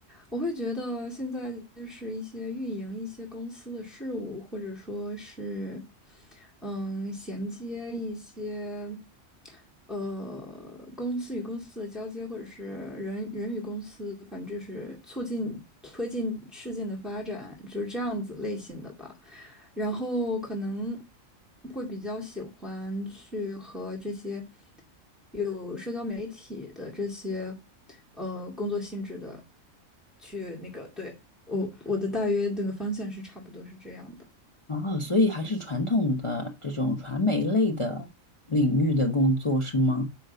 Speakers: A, in the centre; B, on the left (about 25°).
A: 我会觉得现在就是一些运营一些公司的事务，或者说是，嗯，衔接一些。呃，公司与公司的交接，或者是人人与公司，反正就是促进推进事件的发展，就是这样子类型的吧。然后可能会比较喜欢去和这些有社交媒体的这些呃工作性质的去那个，对，我我的大约那个方向是差不多是这样的。
B: 哦，所以还是传统的这种传媒类的领域的工作是吗？